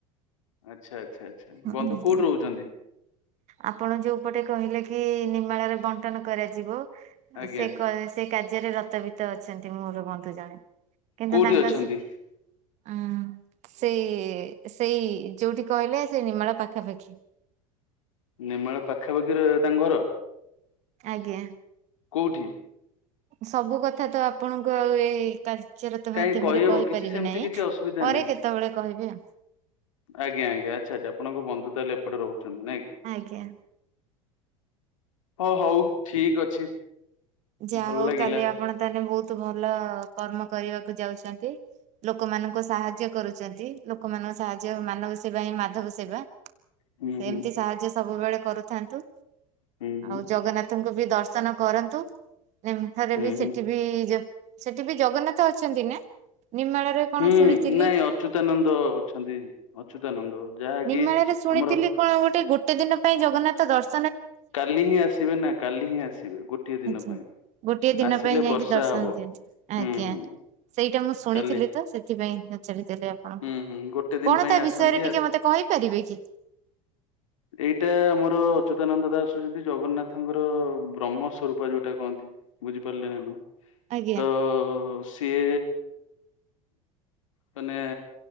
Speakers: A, on the left; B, on the right.
A: ଆଚ୍ଛା ଆଚ୍ଛା ଆଚ୍ଛା
B: ହଁ
A: ବନ୍ଧୁ
B: ଆଜ୍ଞା
A: କୋଉଠି ରହୁଛନ୍ତି
B: ଆପଣ ଯୋଉପଟେ କହିଲେ କି ନି ଳରେ ବଣ୍ଟନ କରାଯିବ
A: ଆଜ୍ଞା
B: ସେ କଏ ସେ କାର ରାଜରେ ରତ ବିତ ଅଛନ୍ତି ମୋର ବନ୍ଧୁ ଜଣେ କିନ୍ତୁ
A: କୋଉଠି
B: ତାଙ୍କ
A: ଅଛନ୍ତି
B: ସି ଉଁ ସେଇ ସେଇ ଯଉଠି କହିଲେ ନିିମାଳ ପାଖାପାଖି।
A: ନେମାଳ ପାଖାପାଖିରେ ତାଙ୍କ ଘର?
B: ଆଜ୍ଞା।
A: କୋଉଠି?
B: ସବୁ କଥା ତ ଆପଣଙ୍କୁ ଆଉ ଏଇ କାର ଚର ତ
A: କାହିଁ
B: ମାଧ୍ୟମରେ
A: କହିହବ
B: କହିପାରିବି
A: କିଛି ସେମିତି
B: ନାହିଁ
A: କିଛି ଅସୁବିଧା
B: ପରେ
A: ନାହିଁ।
B: କେତେବେଳେ କହିବେ ଆଉ
A: ଆଜ୍ଞା ଆଜ୍ଞା ଆଚ୍ଛା ଆଛା ଆପଣଙ୍କ ବନ୍ଧୁ ତାହଲେ ଏପଟେ ରହୁଛନ୍ତି ନାଇଁ କି?
B: ଆଜ୍ଞା।
A: ହଁ ହଉ ଠିକ ଅଛି।
B: ଯାହା
A: ଭଲ
B: ହଉ
A: ଲାଗିଲା।
B: କାଲି ଆପଣ ତାହେଲେ ବହୁତ ଭଲ କର୍ମ କରିବାକୁ ଯାଉଛନ୍ତି ଲୋକମାନଙ୍କୁ ସାହା ଯ୍ୟ କରୁଛନ୍ତି ଲୋକମାନଙ୍କ ସାହାଯ୍ୟ ମାନବ ସେବା ହିଁ ମାଧବ ସେବା
A: ହୁଁ
B: ସେମିତି
A: ହୁଁ
B: ସାହାଯ୍ୟ ସବୁବେଳେ କରୁଥାନ୍ତୁ
A: ହୁଁ ହୁଁ
B: ଆଉ ଜଗନ୍ନାଥଙ୍କୁ ବି ଦର୍ଶନ କରନ୍ତୁ। ଇମ୍ଫାରେ
A: ହୁଁ
B: ବି
A: ହୁଁ
B: ସେଠି ବି ସେଠି ବି ଜଗନ୍ନାଥ ଅଛନ୍ତି ନା? ନିମାଳରେ କଣ
A: ହୁଁ
B: ଶୁଣିଥିଲି
A: ନାଇଁ ଅଚ୍ୟୁତାନନ୍ଦ ଅଛନ୍ତି। ଅଚ୍ୟୁତାନନ୍ଦ ଯାହାକି
B: ନିମାଳ ରେ ସୁ ଶୁଣିଥିଲି
A: ଆମର
B: କଣ ଗୋଟେ ଗୋଟେ ଦିନ ପାଇଁ ଜଗନ୍ନାଥ ଦର୍ଶ
A: କାଲି ହିଁ ଆସିବେ ନା କାଲି ହିଁ ଆସିବେ ଗୋଟିଏ ଦିନ
B: ଆଛା
A: ପାଇଁ।
B: ଗୋଟିଏ ଦିନ
A: ଆସିଲେ
B: ପାଇଁ ଯାଇକି
A: ବର୍ଷା
B: ଦର୍ଶନ
A: ହବ
B: ଦିଅନ୍ତି
A: ହୁଁ
B: ଆଜ୍ଞା
A: ହୁଁ
B: ସେଇଟା ମୁଁ ଶୁଣିଥିଲି
A: କାଲି
B: ତ ସେଥିପାଇଁ ପଚାରି ଲେ ଆପଣଙ୍କୁ
A: ହୁଁ ହୁଁ ଗୋଟେ ଦିନ
B: କଣ
A: ପାଇଁ
B: ତା
A: ଆସନ୍ତି
B: ବିଷୟରେ ଟିକେ
A: ଆସି
B: ମତେ କହିପାରିବେ କି?
A: ଏଇଟା ଆମର ଅ ଚିତାନନ୍ଦ ଦାସ ହଉଛନ୍ତି ଜଗନ୍ନାଥଙ୍କର ବ୍ରହ୍ମ ସରୂପା ଯୋଉଟା କୁହନ୍ତି ବୁଝିପାରିଲେ ନା ନୁହଁ।
B: ଆଜ୍ଞା।
A: ତ ସିଏ ମାନେ